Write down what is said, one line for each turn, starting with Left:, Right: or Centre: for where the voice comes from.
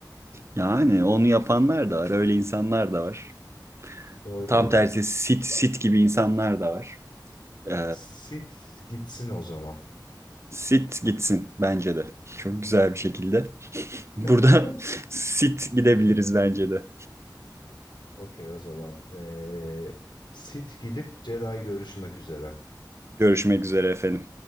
Right: yani onu yapanlar da var, öyle insanlar da var.
Left: Doğru
Right: Tam
Left: dedim.
Right: tersi Sith, Sith gibi insanlar da var. Ee,
Left: Sith gitsin o zaman.
Right: Sit gitsin bence de. Çok güzel bir şekilde. Burada
Left: <laughs>
Right: <laughs> sit gidebiliriz bence de.
Left: Okey o zaman. Ee, Sith gidip Jedi görüşmek üzere.
Right: Görüşmek üzere efendim.